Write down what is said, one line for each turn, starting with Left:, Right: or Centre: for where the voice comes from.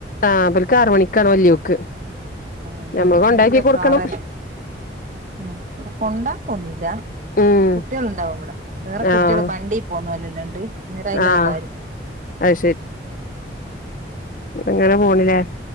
Left: ആവർക്ക് ആറ് മണിക്കാണ് വല്യോക്ക്
Right: ആഹ
Left: ഞമ്മള്
Right: അവിടെ
Left: കൊണ്ടാക്കി
Right: വലിയ
Left: കൊടുക്കണം
Right: പാറനെ ഉം ഇവിടെ കൊണ്ട് ആക്കുലാ
Left: ഉം
Right: കുട്ടികൾ ഉണ്ടാവും ഇവിടെ വേറെ കുട്ടികൾ
Left: ആഹ്
Right: വണ്ടി പോന്നല്ലല്ലണ്ട് അന്നേം അതില്ലയം
Left: ആഹ് അത് എങ്ങട് പോണില്ലേ